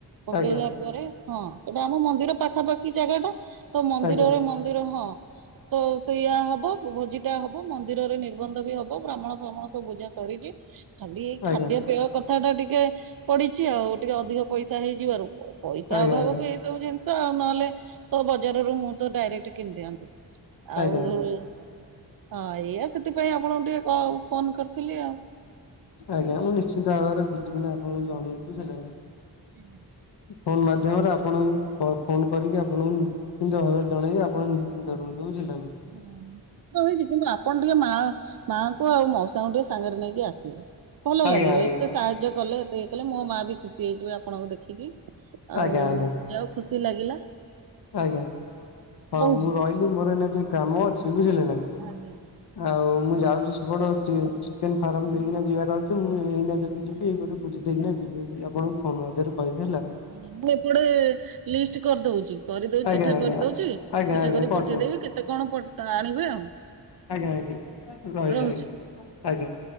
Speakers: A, on the right; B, on the left.
A: ପକେଇଲା
B: ଆଜ୍ଞା
A: ପରେ ହଁ ସେଟା ଆମ ମନ୍ଦିର ପାଖାପାଖି ଜାଗାଟା ତ ମନ୍ଦିରରେ-
B: ଆଜ୍ଞା ଆଜ୍ଞା
A: ମନ୍ଦିର ହଁ। ତ ସେଇଆ ହବ ଭୋଜିଟା ହବ ମନ୍ଦିରରେ ନିର୍ବନ୍ଧ ବି ହବ ବ୍ରାହ୍ମଣ ଫ୍ରାହ୍ମଣ ସବୁ ବୁଝା ସରିଚି। ଖାଲି ଏଇ
B: ଆଜ୍ଞା। ଆଜ୍ଞା
A: ଖାଦ୍ୟପେୟ କଥାଟା ଟିକେ ପଡିିଚିଆଉ ଟିକେ ଅଧିକ ପଇସା ହେଇଯିବାରୁ ପଇସା
B: ଆଜ୍ଞା
A: ଅଭାବକୁ ଏଇସବୁ ଜିନିଷ ଆଉ ନହେଲେ ତ ବଜାରରୁ ମୁଁ ତ ଡାଇରେକ୍ଟ କିଣି ଦିଅନ୍ତି। ଆଉ
B: ଆଜ୍ଞା
A: ହଁ
B: ଆଜ୍ଞା
A: ଏଇଆ ସେଥିପାଇଁ ଆପଣଙ୍କୁ ଟିକେ କ- ଫୋନ୍ କରିଥିଲି ଆଉ।
B: ଆଜ୍ଞା ମୁଁ ନିଶ୍ଚିନ୍ତ ଭାବରେ ବୁଝିକି ନା ଆପଣଙ୍କୁ ଜଣେଇବି ବୁଝିଲେ ନା।
A: ହୁଁ
B: ଫୋନ୍ ମାଧ୍ୟମରେ ଆପଣଙ୍କୁ ପ-ଫୋନ୍ କରିକି ଆପଣଙ୍କୁ ନିଶ୍ଚିନ୍ତ ଭାବରେ ଜଣେଇବି ଆପଣ ନିଶ୍ଚିନ୍ତ ରୁହନ୍ତୁ ବୁଝିଲେ ନା।
A: ହଁ କହିଚି କିନ୍ତୁ ଆପଣ ଟିକେ ମା- ମାଙ୍କୁ ଆଉ ମଉସାଙ୍କୁ ଟିକେ ସାଙ୍ଗରେ ନେଇକି ଆସିବେ। ଭଲ ଲାଗିବ
B: ଆଜ୍ଞା ଆଜ୍ଞା
A: ଏତେ ସାହାଯ୍ୟ କଲେ ଏତେ ଇଏ କଲେ ମୋ ମା ବି ଖୁସି ହେଇଯିବେ ଆପଣଙ୍କୁ ଦେଖିକି। ଆଉ
B: ଆଜ୍ଞା ଆଜ୍ଞା
A: ଯା ହଉ ଖୁସି ଲାଗିଲା।
B: ଆଜ୍ଞା ହଉ
A: ରହୁଛି।
B: ମୁଁ ରହିଲି ମୋର ଏଇନା ଟିକେ କାମ ଅଛି ବୁଝିଲେ ନା।
A: ଆଜ୍ଞା।
B: ଆଉ ମୁଁ ଯାଉଚି ସେପଟ ଚି- ଚିକେନ ଫାର୍ମ ଦେଇକି ନା ଯିବାର ଅଛି ମୁଁ ଏଇନା ଯ ଦି
A: ହଁ
B: ଯିବି
A: ହଁ
B: ଏଇପଟେ
A: ଟିକେ ବୁଝିକି
B: ବୁଝିଦେଇକି
A: ଆସ
B: ନା ଯିବି ଆପଣଙ୍କୁ ଫୋନ୍ ମାଧ୍ୟମରେ କହିବି ହେଲା।
A: ଆଜ୍ଞା ମୁଁ ଏପଟେ ଲିଷ୍ଟ କରିଦଉଚି। କରିଦଉ
B: ଆଜ୍ଞା
A: ଚିଠା
B: ଆଜ୍ଞା
A: କରିଦଉଚି
B: ଆଜ୍ଞା
A: ଚିଠା
B: ଆଜ୍ଞା
A: କରି
B: କରିଦିଅନ୍ତୁ
A: ପଠେଇଦେବି କେତେ କଣ ପ ଟା ଆଣିବେ ଆଉ।
B: ଆଜ୍ଞା -ଆଜ୍ଞା ରହିଲି
A: ରହୁଛି।
B: ଆ- ଆଜ୍ଞା।